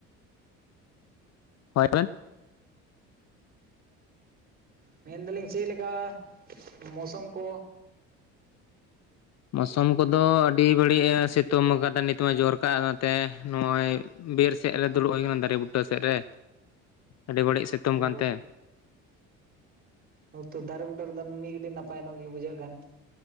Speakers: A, on the left; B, on the right.
A: ᱦᱳᱭ ᱟᱵᱮᱱ
B: ᱢᱮᱱ ᱫᱟᱞᱤᱧ ᱪᱮᱫ ᱞᱮᱠᱟ ᱢᱳᱥᱚᱢ ᱠᱚ?
A: ᱢᱳᱥᱚᱢ ᱠᱚ ᱫᱚ ᱟᱹᱰᱤ ᱵᱟᱹᱲᱤᱡ ᱮ ᱥᱤᱛᱩᱝ ᱟᱠᱟᱫᱟ ᱱᱤᱛ ᱢᱟ ᱡᱳᱨ ᱠᱟᱜ ᱛᱮ ᱱᱚᱜᱼᱚᱭ, ᱵᱤᱨ ᱥᱮᱫ ᱨᱮ ᱫᱩᱲᱩᱵ ᱦᱩᱭ ᱠᱟᱱ ᱫᱟᱨᱮ ᱵᱩᱴᱟᱹ ᱥᱮᱫ ᱨᱮ ᱟᱹᱰᱤ ᱵᱟᱹᱲᱤᱡ ᱥᱤᱛᱩᱝ
B: ᱚ
A: ᱠᱟᱱ ᱛᱮ ᱾
B: ᱦᱚᱭ ᱛᱚ ᱫᱟᱨᱮ ᱵᱩᱴᱟᱹ ᱨᱮᱫᱚ ᱢᱤᱫ ᱜᱟᱲᱤᱡ ᱱᱟᱯᱟᱭ ᱧᱚᱜ ᱜᱮ ᱵᱩᱡᱷᱟᱹᱜ ᱠᱟᱱᱼᱼ